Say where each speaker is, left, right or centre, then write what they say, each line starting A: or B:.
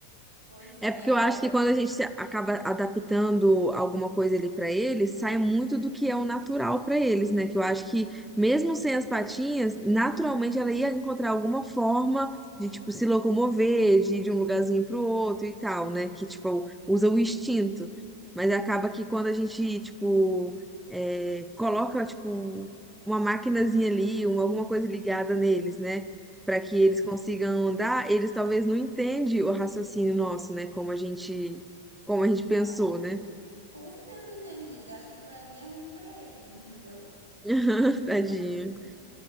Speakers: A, on the right; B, in the centre.
A: Pois é,
B: É porque
A: aí.
B: eu acho que quando a gente se- acaba adaptando alguma coisa ali pra eles, sai muito do que é o natural pra eles, né? Que eu acho que mesmo sem as patinhas, naturalmente ela ia encontrar alguma forma de tipo se locomover, de ir de um lugarzinho pro outro e tal, né? Que tipo usa o instinto. Mas acaba que quando a gente tipo é, coloca tipo uma maquinazinha ali, uma, alguma coisa ligada neles, né? para que
A: Sim.
B: eles consigam andar, eles talvez não entendem o raciocínio nosso, né? Como a gente, como a gente
A: Não,
B: pensou,
A: com,
B: né?
A: com certeza não entendi. Eles acham que aquilo ali é ruim pra eles, <laughs> entendeu?
B: <laughs> Tadinha.